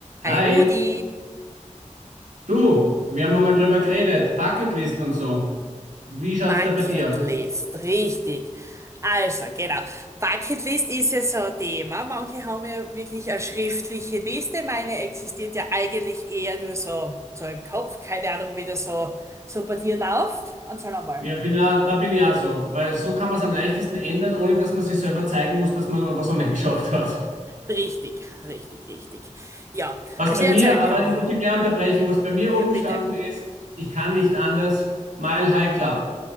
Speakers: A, on the right; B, on the right.
A: Hi
B: Hi,
A: Rudi,
B: du, wir haben mal drüber geredet, Bucketlist und so. Wie schaut's
A: Bucketlist,
B: da bei dir aus?
A: richtig. Also, genau. Bucketlist ist ja so ein Thema. Manche haben ja wirklich eine schriftliche Liste. Meine existiert ja eigentlich eher nur so, so im Kopf. Keine Ahnung, wie das so, so bei dir läuft. Erzähl nochmal.
B: Ja, bin auch, da bin ich auch so, weil so kann man es am leichtesten ändern, ohne dass man sich selber zeigen muss, dass man was auch nicht <laughs> geschafft hat.
A: Richtig, richtig, richtig. Ja,
B: Was
A: also
B: bei
A: erzähl
B: mir, aber
A: dir mal.
B: ich muss dich gleich unterbrechen, was bei mir oben
A: Ja, bitte.
B: gestanden ist, ich kann nicht anders, Mile High Club.